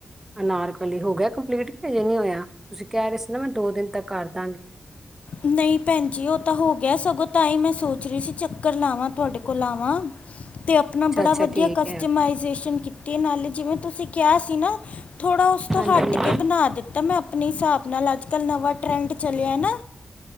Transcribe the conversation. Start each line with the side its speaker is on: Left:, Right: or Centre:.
Right: ਅਨਾਰਕਲੀ, ਹੋ ਗਿਆ ਕੰਪਲੀਟ ਕੇ ਅਜੇ ਨਹੀ ਹੋਇਆ? ਤੁਸੀਂ ਕਹਿ ਰਹੇ ਸੀ ਨਾ ਮੈਂ ਦੋ ਦਿਨ ਤੱਕ ਕਰਦਾਂਗੀ।
Left: ਨਹੀਂ ਭੈਣ ਜੀ, ਉਹ ਤਾਂ ਹੋ ਗਿਆ ਸਗੋਂ ਤਾਂ ਹੀ ਮੈਂ ਸੋਚ ਰਹੀ ਸੀ, ਚੱਕਰ ਲਾਵਾਂ ਤੁਹਾਡੇ ਕੋਲ ਆਵਾਂ। ਤੇ ਆਪਣਾ
Right: ਅੱਛਾ
Left: ਬੜਾ
Right: ਅੱਛਾ
Left: ਵਧੀਆ
Right: ਠੀਕ
Left: ਕਸਟਮਇਜ਼ਨ
Right: ਹੈ
Left: ਕੀਤੀ ਨਾਲੇ, ਜਿਵੇਂ ਤੁਸੀਂ ਕਿਹਾ ਸੀ ਨਾ ਥੋੜ੍ਹਾ ਉਸ ਤੋਂ
Right: ਹਾਂਜੀ
Left: ਹਟ ਕੇ ਬਣਾ ਦਿੱਤਾ ਮੈਂ ਆਪਣੇ ਹਿਸਾਬ ਨਾਲ, ਅੱਜ ਕੱਲ੍ਹ ਨਵਾਂ ਟਰੈਂਡ ਚਲਿਆ ਨਾ